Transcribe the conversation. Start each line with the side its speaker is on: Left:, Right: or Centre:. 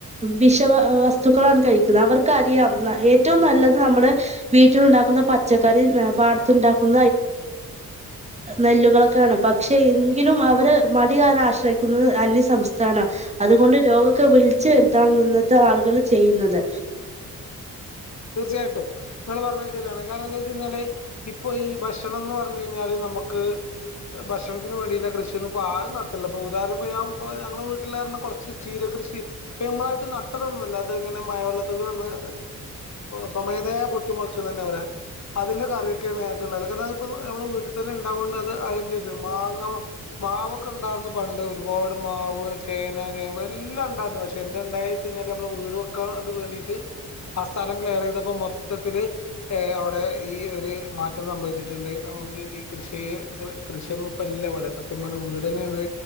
Right: വിഷ വസ്തുക്കളാണ് കഴിക്കുന്നത് അവർക്ക് അറിയാം ഏറ്റവും നല്ലത് നമ്മുടെ വീട്ടില് ഉണ്ടാക്കുന്ന പച്ചക്കറി പാടത്തുണ്ടാക്കുന്ന നെല്ലുകളൊക്കെയാണ്, പക്ഷെ എങ്കിലും അവര് മടിക്കാരണം ആശ്രയിക്കുന്നത് അന്യസംസ്ഥാനം അതുകൊണ്ട് രോഗക്കെ വിളിച്ചു വരുത്താണ് ഇന്നത്തെ ആളുകൾ ചെയ്യുന്നത്.
Left: തീർച്ചയായിട്ടും നിങ്ങള് പറഞ്ഞ ശരിയാണ് കാരണം എന്താ വെച്ച കഴിഞ്ഞാല് ഇപ്പൊ ഈ ഭക്ഷണം എന്ന് പറഞ്ഞു കഴിഞ്ഞാല് നമുക്ക് ഭക്ഷണത്തിന് വേണ്ടിട്ട കൃഷിയൊന്നും ഇപ്പോ ആരും നടത്തില്ല ഇപ്പ ഉദാഹരണം ഇപ്പ ഞ ഞങ്ങള വീട്ടിലാർഞ്ഞ കെറച്ച് ചീരകൃഷി നമ്മളായിട്ട് നട്ടതൊന്നുംല്ല അത് ഇങ്ങനെ മയവെള്ളത്തൂടെ വന്ന് സ്വമേധയാ പൊട്ടി മുളച്ചു തന്നെ പറയാ അതിന്റെ കറിയൊക്കെയാണ് ഞങ്ങൾക്ക് ഉണ്ടാവല് <unintelligible> നമ്മൾ വീട്ടിൽ തന്നെ ഉണ്ടാവുകൊണ്ട് അയിൻ്റെത് മാങ്ങ മാവൊക്കെ ഉണ്ടായിരുന്ന പണ്ട് ഒരുപാട് മാവ്, ചേന, ചേമ്പ്, എല്ലാം ഉണ്ടായിരുന്നു പക്ഷെ എന്ത ഉണ്ടായിച്ച കഴിഞ്ഞാല് നമ്മൾ വീട് വെക്കാ വേണ്ടിട്ട്, സ്ഥലം ക്ലിയർ ചെയ്തപ്പോ മൊത്തത്തില് അവിടെ ഈ ഒരു മാറ്റം സംഭവിച്ചിട്ടുണ്ട് നമക്ക് ഈ കൃഷി കൃഷിയൊന്നും ഇപ്പല്ല ഇവിടെ സത്യം പറഞ്ഞ വീട് തന്നെയ